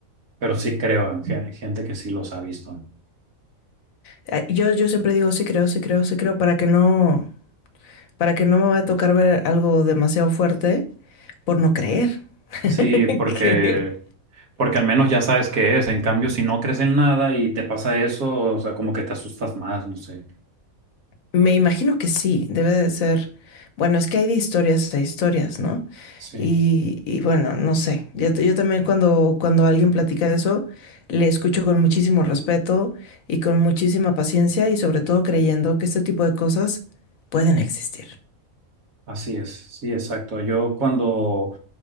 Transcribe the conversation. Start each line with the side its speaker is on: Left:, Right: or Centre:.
Right: pero sí creo en gen- gente que sí los ha visto.
Left: Eh, Yo, yo siempre digo sí creo, sí creo, sí creo para que no, para que no me vaya a tocar ver algo demasiado fuerte por no creer. <laughs>
Right: Sí, porque
Left: que
Right: Porque al menos ya sabes qué es. En cambio, si no crees en nada y te pasa eso, o sea, como que te asustas más, no sé.
Left: Me imagino que sí, debe de ser. Bueno, es que hay de historias a historias, ¿no?
Right: Sí,
Left: Y, y bueno, no sé. Yo, yo también cuando, cuando alguien platica de eso, le escucho con muchísimo respeto y con muchísima paciencia y sobre todo creyendo que este tipo de cosas pueden existir.
Right: así es. Sí, exacto. Yo cuando